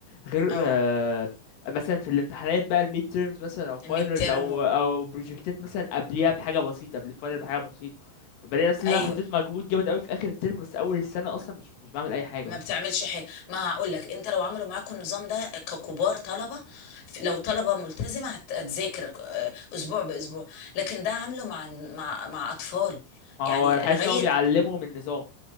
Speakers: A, on the left; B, on the left.
A: غير
B: اه
A: آه، مثلا في الامتحانات بقى الميد تيرمز مثلا او فاينلز
B: الميد ترم
A: او
B: و...
A: او بروجكتات مثلا قبليها بحاجه بسيطه قبل الفاينل بحاجه بسيطه فبلاقي نفسي ان
B: ايوه
A: انا حطيت مجهود جامد قوي في اخر الترم بس اول السنه اصلا مش مش بعمل اي حاجه
B: ما
A: اصلا
B: بتعملش حاجه ما هقول لك انت لو عملوا معاكم النظام ده ككبار طلبه ف- لو طلبه ملتزمه هت- هتذاكر آه، اسبوع باسبوع لكن ده عامله مع مع مع اطفال
A: ما
B: يعني
A: هو انا حاسس
B: لغايه
A: ان هو بيعلمهم النظام